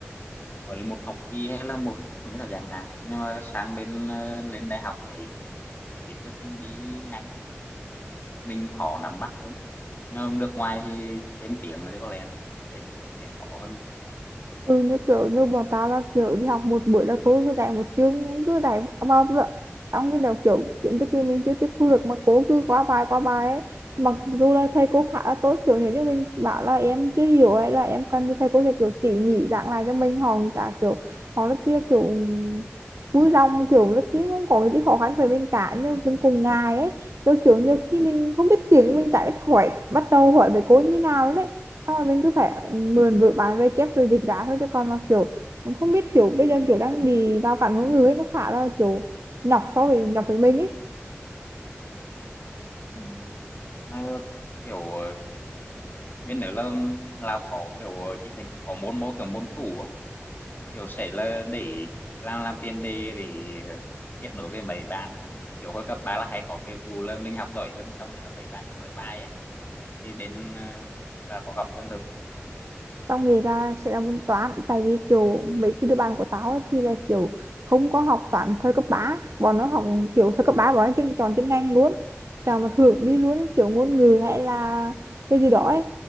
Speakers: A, on the left (about 45°); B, on the right (about 85°).
A: gọi là một học kỳ hay là một những là chẳng hạn nhưng mà sang bên ờ, lên đại học thì kiểu kiến thức cần đi nhanh mình khó nắm bắt hơn nhưng mà nước ngoài thì thêm tiếng rồi thì có lẽ sẽ, sẽ, sẽ khó hơn
B: ừ, như kiểu như bọn tao là kiểu đi học một buổi là cô cứ dạy một chương cứ dạy bao vào trong khi nào kiểu kiến thức kia mình chưa tiếp thu được mà cô cứ quá bài quá bài ấy. mặc dù là thầy cô khá là tốt kiểu nếu như mình bảo là em chưa hiểu hay là em cần thì thầy cô sẽ kiểu tỉ mỉ giảng lại cho mình họ cũng chả kiểu họ rất chia kiểu vui lòng kiểu rất chứ không có cái gì khó khăn với mình cả nhưng mình cùng ngài ấy rồi kiểu nhiều khi mình không biết tiếng mình chả biết hỏi bắt đầu hỏi về cô như nào đấy xong rồi mình cứ phải mượn vở bán về chép rồi dịch ra thôi chứ còn mà kiểu cũng không biết kiểu bây giờ kiểu đang bị rào cản ngôn người ấy nó khá là kiểu nhọc so với nhọc với mình ấy
A: Ừ. nó kiểu ờ, bên nữa là Lào có kiểu ờ, chỉ hành có môn môn kiểu môn tủ á kiểu sẽ là để làm làm tiền đề để ờ, kết nối với mấy bạn á. kiểu hồi cấp ba là hay có cái vụ là mình học giỏi hơn xong rồi là mấy bạn được hỏi bài á thì bên ờ, là có gặp trường hợp nữa
B: tao nghĩ là sẽ là môn toán tại vì kiểu mấy cái đứa bạn của tao ấy thì là kiểu không có học toán thời cấp ba bọn nó học kiểu thời cấp 3 bọn nó chuyên chọn chuyên ngành luôn chọn một hưởng đi luôn ấy, kiểu ngôn ngữ hay là cái gì đó ấy